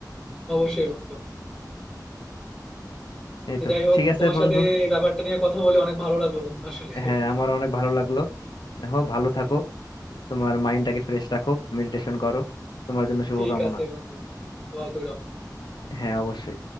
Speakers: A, in the centre; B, on the left.
A: অবশ্যই বন্ধু
B: এই
A: তো
B: তো
A: যাই হোক
B: ঠিক আছে
A: তোমার
B: বন্ধু
A: সাথে এই ব্যাপারটা নিয়ে কথা বলে অনেক ভালো লাগলো বন্ধু আসলে
B: হ্যাঁ আমার অনেক ভালো লাগলো দেখো ভালো থাকো তোমার মাইন্ডটাকে ফ্রেশ রাখো মেডিটেশন করো তোমার জন্য শুভকামনা
A: ঠিক আছে বন্ধু দোয়া করো আমার জন্য।
B: হ্যাঁ অবশ্যই